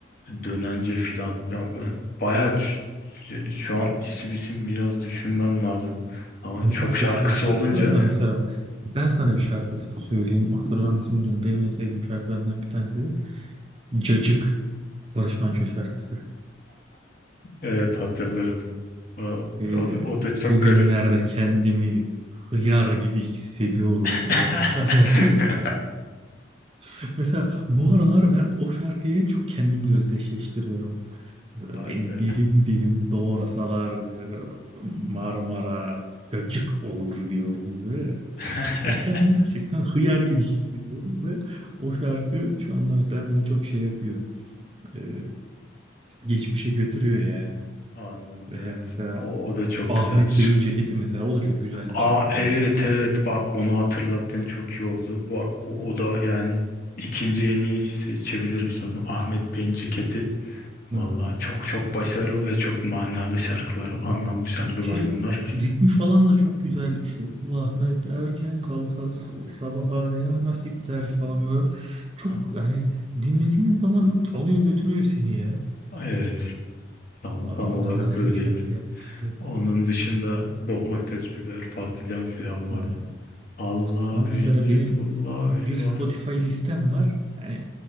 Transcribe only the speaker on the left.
dönence filan ya ben bayağı ç- ş- şu an isim isim biraz düşünmem lazım. Ama
çok
şarkısı
olunca
evet hatırlarım. O,
o da, o da
çok garip.
<laughs>
Hayda.
<laughs>
Anladım
evet.
O, o da çok
güzelmiş.
Aa
evet evet bak onu hatırlattın çok iyi oldu. Bak o, o da yani ikinci en iyi seçebilirim sanırım. Ahmet Bey'in ceketi. Valla
çok çok başarılı ve çok manalı şarkılar, anlamlı şarkılar
bunlar.
Ha,
evet tam,
tam olarak
öyleydi.
Onun dışında domates, biber, patlıcan filan vardı.
Allah
beni,
pulla
beni
var.